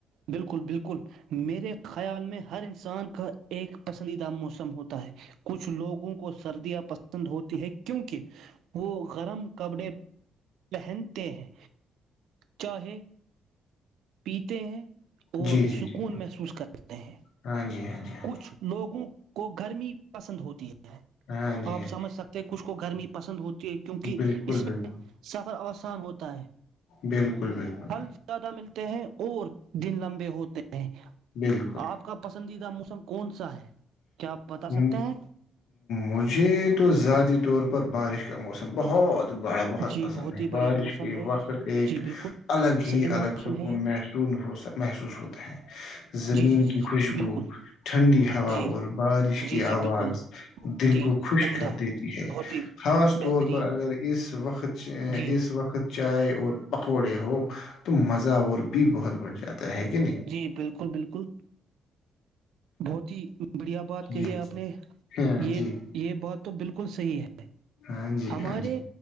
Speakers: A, on the right; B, on the left.
A: بالکل بالکل میرے خیال میں ہر انسان کا ایک پسندیدہ موسم ہوتا ہے کچھ لوگوں کو سردیاں پسند ہوتی ہے کیونکہ وہ گرم کپڑے پہنتے ہیں چاہے پیتے ہیں اور
B: جی جی
A: سکون
B: جی
A: محسوس کرتے ہیں
B: ہاں جی ہاں جی ہاں
A: کچھ لوگوں کو گرمی پسند ہوتی ہیں
B: ہاں جی
A: آپ
B: ہاں
A: سمجھ سکتے ہیں کچھ کو گرمی پ پسند ہوتا کیونکہ
B: بالکل
A: اس
B: بالکل
A: میں سفر آسان ہوتا ہے
B: بالکل بالکل
A: پھل زیادہ ملتا ہیں اور دن لمبے ہوتے ہیں ہیں
B: بالکل
A: آپ کا پسندیدہ موسم کون سا ہے کیا آپ بتا
B: ہ
A: سکتے ہیں
B: مجھے تو ذاتی طور پر بارش کا موسم بہت باڑا بہت
A: جی
B: پسند ہے
A: ہی بڑھیا
B: بارش
A: موسم
B: کے
A: ہے
B: وقت ایک
A: جی بالکل
B: الگ ہی
A: صحیح موسم
B: الگ سکون
A: ہے یہ
B: محسون ہو محسوس ہوتا ہیں زمین
A: جی جی
B: کی
A: جی جی
B: خوشبو
A: بالکل
B: ٹھنڈی ہوا
A: جی
B: اور بارش
A: جی
B: کی آواز
A: جی بالکل بہت
B: دل
A: ہی
B: کو خوشک
A: عمدہ
B: کر دیتی ہے
A: بہت ہی
B: خاص طور
A: بہترین
B: پر اگر اس وقت
A: جی
B: اس وقت چائے اور پکوڑے ہو تو مزہ اور بھی بہت بڑھ جاتا ہے کہ نہیں
A: جی بالکل بالکل بہت ہی بڑھیا بات کہی
B: جی
A: ہے آپ نے
B: ہاں
A: یہ
B: جی
A: یہ بات تو بالکل صحیح ہے
B: ہاں جی
A: ہمارے
B: ہاں جی